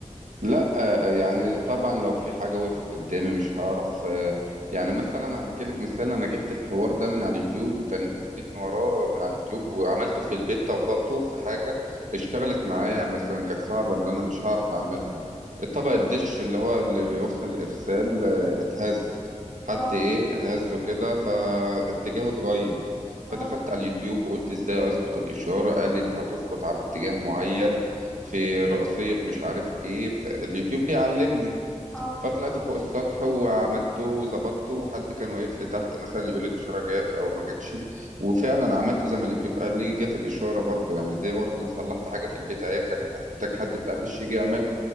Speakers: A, on the right; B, in the centre.
A: لا آه، يعني طبعا لو في حاجة وقفت قدامي مش هعرف آه، يعني مثلا هحكي لك مثال أنا جبت الحوار ده من على اليوتيوب وتنيت وراه من على اليوتيوب وعملته في البيت طبقته في حاجة اشتغلت معايا مثلا كانت صعبة اللي أنا مش هعرف أعملها الطبق
B: مم.
A: الدش اللي هو اللي بيوصل الإرسال آه، اتهز حد
B: اه
A: إيه هزه كده فاتجاهه اتغير فدخلت
B: اه
A: على اليوتيوب وقلت ازاي اظبط الاشاره قال لي انت هتظبط على اتجاه معين في رأسية مش عارف ايه فاليوتيوب بيعلمني
B: اه
A: فطلعت فوق السطح وعملته وظبطته وحد كان واقف لي تحت مثلا يقول لي الإشارة جات أو ما جاتش وفعلا عملت زي ما اليوتيوب قال لي جات الإشارة برضو يعني دي برضو أنا صلحت حاجة في البيت أهي كانت هتحتاج حد بتاع دش يجي يعملها